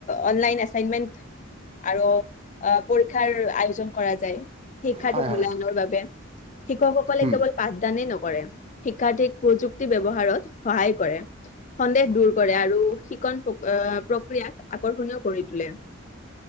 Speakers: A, on the left (about 35°); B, on the right (about 25°).
A: অনলাইন এছাইনমেন্ট আৰু অ পৰীক্ষাৰ আয়োজন কৰা যায়, শিক্ষাৰ্থী
B: হয়
A: মূল্যায়নৰ
B: হয়
A: বাবে। শিক্ষক সকলে
B: উম
A: কেৱল পাঠদানে ন কৰে, শিক্ষাৰ্থীক প্ৰযুক্তি ব্যৱহাৰত সহায় কৰে। সন্দেহ দূৰ কৰে আৰু শিকন প্ৰক্ অ! প্ৰক্ৰিয়াক আকৰ্ষণীয় কৰি তোলে।